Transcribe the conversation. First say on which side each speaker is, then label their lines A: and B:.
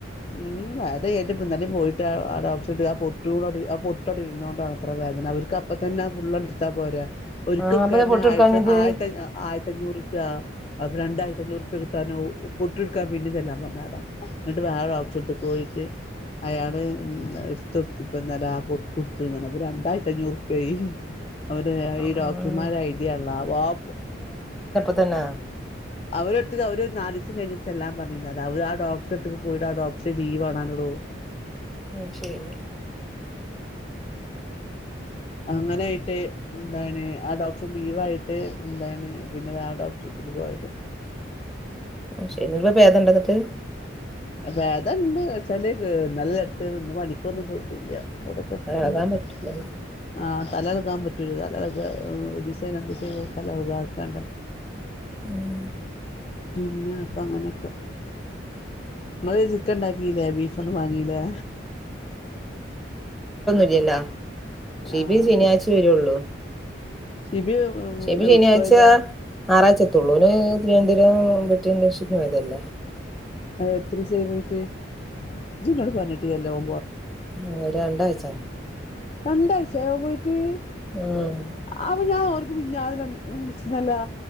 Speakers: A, on the left; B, in the centre.
A: ഉം അത് കയിഞ്ഞിട്ട് ഇപ്പ ഇന്നലെ പോയിട്ട് ആട ഡോക്ടറുടുത്ത് അപ്പൊ ആ പൊട്ടവിടെ ഇരുന്നൊണ്ടാണത്രേ വേദന അവർക്ക് അപ്പ തന്നെ ആ ഫുള്ള് അങ്ങട് എടുത്താ പോരെ ഒരിക്കൽക്ക
B: ആഹ് അപ്പൊ
A: തന്നെ
B: പൊട്ട് കൊടുക്കാഞ്ഞത്
A: ആയിര ആയിരത്തി ആയിരത്തി അഞ്ഞൂറ് രണ്ടായിരത്തി അഞ്ഞൂറ്പ്യ കിട്ടാനോ പൊട്ടെടുക്കൻ പിന്നീതല്ലാം പറഞ്ഞതാ എന്നിട്ട് വേറെ ഓഫ്സ എടുത്ത പോയിട്ട് അയാള് <unintelligible> ഇപ്പ നല്ല പൊട്ട് എടുത്തി രണ്ടായിരത്തി അഞ്ഞൂറുപ അവര്
B: ആഹ്
A: ഈ ഡോക്ടർമാര് ഐഡിയ അള്ള അപ്പൊ
B: ത്തന്ന
A: അവരുടുത്ത്ക്ക് അവര് നാലിസം കഴിഞ്ഞി എല്ലാം പറുന്ന അവര് ആ ഡോക്ടറെടുത്തക്ക് പോയിട്ട് ആ ഡോക്ടറെ ലീവ് കാണാനുള്ളൂ
B: ആശരി
A: അങ്ങനൊയിട്ട് എന്താണ് ആഹ് ഡോക്ടർ ലീവ് ആയിട്ട് എന്താണ് പിന്നെ വേറെ ഡോക്ടറട്ടക്ക് പോയത്
B: ആഹ് ശരി പേദണ്ട <unintelligible>
A: വേദണ്ട് വച്ചാല് നല്ലായിടത്ത്ന്ന് മണിക്കൊന്നും പോയിട്ടില്ല <unintelligible>
B: എളകാൻ പറ്റൂല
A: ആ തലകളക്കാൻ പറ്റൂല്ല തലകളക്ക് ഡിസൈൻ രണ്ട് ഡിസൈന തലകളക ആക്കേണ്ട
B: ഉം
A: പിന്ന അപ്പ അങ്ങനെയൊക്കെ നമ്മള് ചിക്കൻ ഉണ്ടാക്കില്ലേ ബീഫൊന്നും വാങ്ങീല്ലേ?
B: അല്ല ഷിബി
A: ആഹ്
B: ശനിയാഴ്ച വരുള്ളൂ
A: ഷിബി
B: ഷബി
A: എവിടക്കോയതാ
B: ശനിയാഴ്ച്ച ആറാഴ്ച എത്തുള്ളൂന് തിരുനന്തോപരം <unintelligible> ഷി ഇതല്ലേ
A: എത്ര സ പോയിട്ട് ജന്നോട് പറഞ്ഞിട്ട് എല്ല പോ
B: ആഹ് രണ്ടാഴ്ച
A: രണ്ടായി <unintelligible>
B: ഉം
A: അപ്പൊ ഞാൻ ഓര് മിഞ്ഞാന്ന് നെ വിള്ച്ചീന്നല്ലാ.